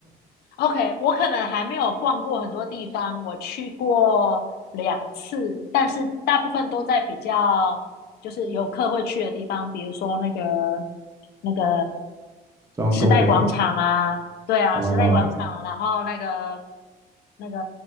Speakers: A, on the left (about 70°); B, on the right (about 20°).
A: OK，我可能还没有逛过很多地方，我去过两次，但是大部分都在比较就是游客会去的地方，比如说那个那个
B: 中央公园
A: 时代广场啊，对啊，
B: 啊，
A: 时代广场，然后那个那个